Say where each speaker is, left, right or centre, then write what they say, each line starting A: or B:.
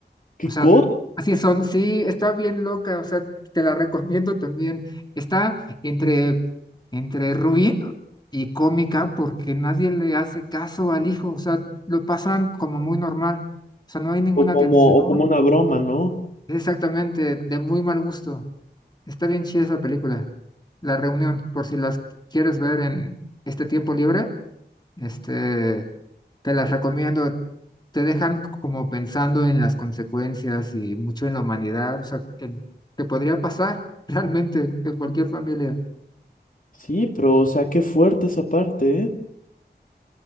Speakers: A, on the left; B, on the left.
A: ¿Qué
B: O sea,
A: cosa?
B: así son, sí, está bien loca, o sea, te la recomiendo también. Está entre, entre ruin y cómica porque nadie le hace caso al hijo, o sea, lo pasan como muy normal, o sea, no hay ninguna
A: O como,
B: tensión,
A: o como una broma, ¿no?
B: es exactamente de muy mal gusto. Está bien chida esa película, La Reunión, por si las quieres ver en este tiempo libre, este, te las recomiendo. Te dejan como pensando en las consecuencias y mucho en la humanidad, o sea, en- que podría pasar <laughs> realmente en cualquier familia.
A: Sí, pero, o sea, qué fuerte esa parte, ¿eh?